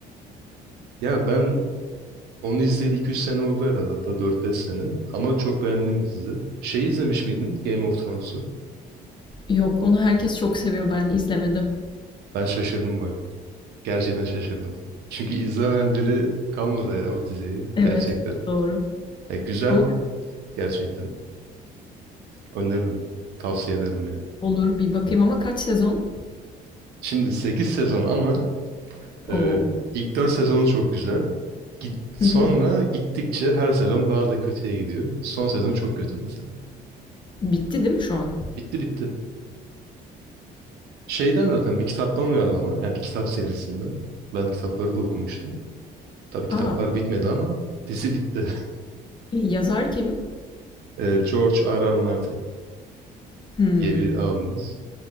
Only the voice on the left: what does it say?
Yok, onu herkes çok seviyor. Ben izlemedim.
Evet,
doğru.
Ama
olur, bir bakayım ama kaç sezon?
Oo.
Hı hı.
Bitti değil mi şu an?
A!
Eee, yazar kim?
Hımm.